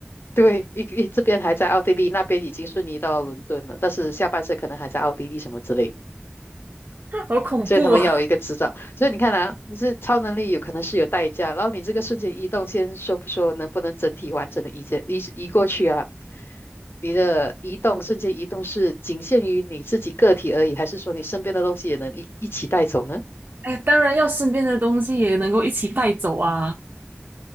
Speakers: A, on the left (about 65°); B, on the right (about 50°).
A: 对一一这边还在奥地利，那边已经瞬移到伦敦了，但是下半身可能还在奥地利什么之类的。
B: 好恐怖哦！
A: 所以他们要有一个执照。所以你看啊，就是超能力有可能是有代价，然后你这个瞬间移动，先说不说能不能整体完整的移移移过去啊？你的移动瞬间移动是仅限于你自己个体而已，还是说你身边的东西也能一一起带走呢？
B: <laughs> 哎，当然要身边的东西也能够一起带走啊，